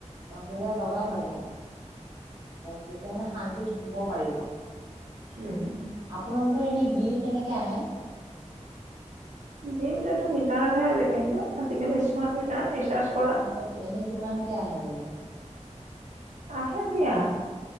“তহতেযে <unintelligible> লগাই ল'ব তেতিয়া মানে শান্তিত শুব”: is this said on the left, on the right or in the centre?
Right